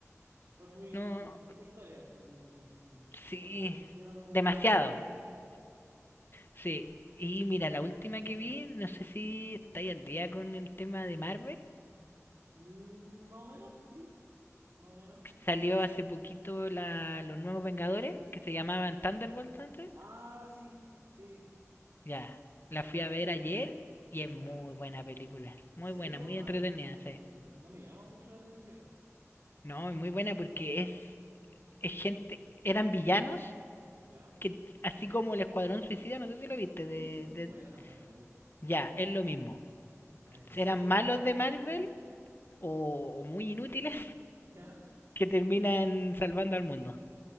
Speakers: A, on the right; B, on the left.
A: Fue muy,
B: no
A: muy de historia, en- en- en-
B: Sí,
A: fue como muy fiel a lo
B: demasiado.
A: real. Claro.
B: Sí. Y mira, la última que vi, no sé si estáis al día con el tema de Marvel.
A: Mm, más o menos, sí. más o menos.
B: Salió hace poquito la, los nuevos Vengadores, que se llamaban Thunderbolts antes.
A: Ah, sí, sí,
B: Ya, la fui a ver ayer y es
A: ya.
B: muy buena película.
A: ¿En
B: Muy
A: serio?
B: buena, muy
A: A
B: entretenida,
A: mí no me,
B: sí.
A: no me llama mucho la atención,
B: No, es muy buena porque es, es gente, eran villanos
A: ¿ya?
B: que, así como el Escuadrón Suicida, no sé si lo viste,
A: Sí,
B: de,
A: sí,
B: de-
A: buena, buena, me gusta.
B: ya, es lo mismo.
A: ¿En serio?
B: Eran malos de Marvel o, o muy inútiles
A: <laughs> ¿Ya?
B: que terminan salvando al mundo.